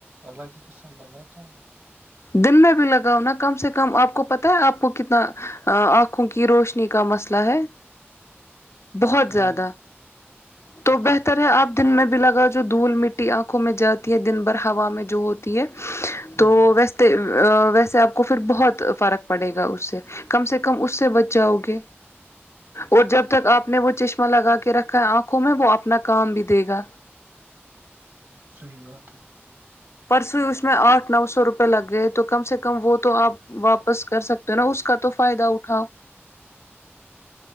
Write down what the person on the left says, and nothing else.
دن میں بھی لگاؤ نا کم سے کم آپ کو پتا ہے آپ کو کتنا آنکھوں کی روشنی کا مسئلہ ہے بہت
زیادہ تو
بہتر ہے آپ دن میں بھی لگاؤ ج دھول مٹی آنکھوں میں جاتی ہے دن بھر ہوا میں جو ہوتی ہے
تو ویسے ویسے آپ کو پھر بہت فرق پڑے گا اس سے کم سے کم اس سے بچ جاؤ گے اور جب تک آپ نے وہ چشمہ لگا کے رکھا ہے آنکھوں میں وہ اپنا کام بھی دے گا
پرسو ہی اس میں آٹھ نو سو روپے لگ گئے تو کم سے کم وہ تو آپ واپس کر سکتے ہو نا اس کا تو فائدہ اٹھاؤ